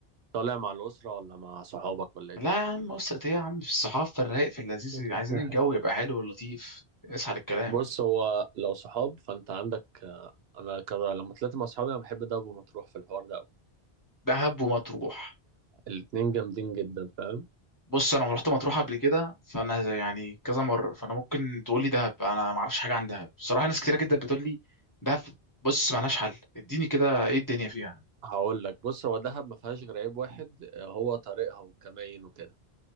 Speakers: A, on the right; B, on the left.
A: طالع مع الاسره ولا مع صحابك ولا ايه
B: لا
A: الدنيا
B: يا عم اسرة ايه يا عم في الصحافه في الرايق في اللذيذ
A: <laughs>
B: عايزين الجو يبقى حلو ولطيف اسحل الكلام
A: بص هو لو صحاب فانت عندك انا كده لما طلعت مع صحابي انا بحب دهب ومطروح في الحوار ده قوي
B: دهب ومطروح
A: الاتنين جامدين جدا فاهم
B: بص انا رحت مطروح قبل كده فانا زي- يعني كذا مره فانا ممكن تقول لي دهب انا ما اعرفش حاجه عن دهب بصراحه ناس كتيره جدا بتقول لي دهب بص مالهاش حل اديني كده ايه الدنيا فيها
A: هقول لك بص هو دهب ما فيهاش غير عيب واحد آه، هو طريقها والكماين وكده